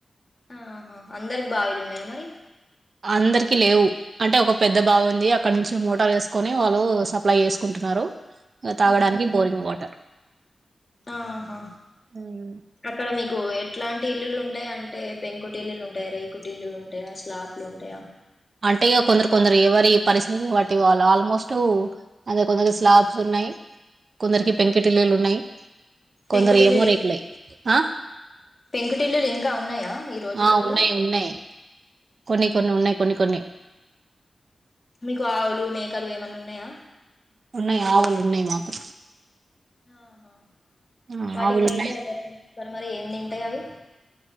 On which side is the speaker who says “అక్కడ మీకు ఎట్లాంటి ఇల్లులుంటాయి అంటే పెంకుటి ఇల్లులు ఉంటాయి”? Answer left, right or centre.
Left